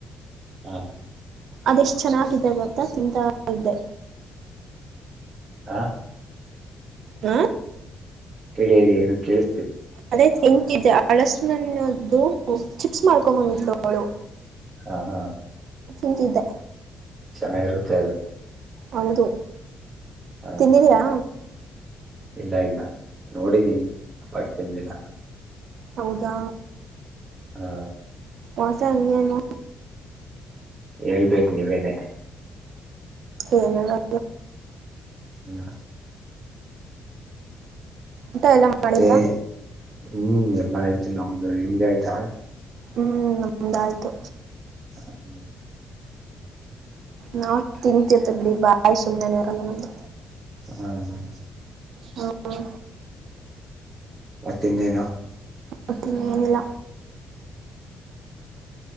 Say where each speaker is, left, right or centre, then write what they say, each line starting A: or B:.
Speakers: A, on the right; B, on the right.
A: ಹ
B: ಅದೆಷ್ಟು ಚೆನ್ನಾಗಿದೆ ಗೊತ್ ತಿಂತಾ ಇದ್ದೆ
A: ಹಾ
B: ಹ
A: ಹೇಳಿ ಹೇಳಿ ಏನು ಕೇಳು
B: ಅದೇ ತಿಂತಿದ್ದ ಹಳ್ಸಣ್ಣನನ್ನದ್ದು ಚಿಪ್ಸ್ ಮಾಡ್ಕೊಂಡ ಬಂದಿದ್ಲವ್ಳು
A: ಹಾ ಹಾ
B: ತಿಂತಿದ್ದೆ
A: ಚೆನ್ನಾಗಿರುತ್ತೆ ಅದು
B: ಹೌದು
A: ಹ
B: ತಿಂದಿದ್ದೀರಾ
A: ಇಲ್ಲ ಇಲ್ಲ ನೋಡಿದೀನಿ ಬಟ್ ತಿಂದಿಲ್ಲ
B: ಹೌದಾ
A: ಹಾ
B: ಮತ್ತೆ ಇನ್ನೇನು
A: ಹೇಳ್ಬೇಕು ನೀವೇನೇ
B: ಏನಲ್ಲ
A: ಹ್ಮ್
B: ಊಟ ಎಲ್ಲ
A: ಮತ್ತೆ
B: ಮಾಡಿದ್ರಾ
A: ಹ್ಮ್ ಎಲ್ಲಾ ಆಯ್ತು ನಮ್ದು ನಿಮ್ದ ಆಯ್ತಾ
B: ಹ್ಮ್ ನಮಂದಾಯ್ತು
A: ಹ್ಮ್
B: ನಾವ ತಿಂತಿರ್ತೀವಿ ಬಿಡಿ ಬಾಯ್ ಸುಮ್ಮನೆನೆ ಇರಲ್ಲ ನಮ್ದು
A: ಹ್ಮ್ ಹ್ಮ
B: ಹ್ಮ
A: ಮತ್ ಇನ್ನೇನು
B: ಮುತ್ತಿನೇನಿಲ್ಲ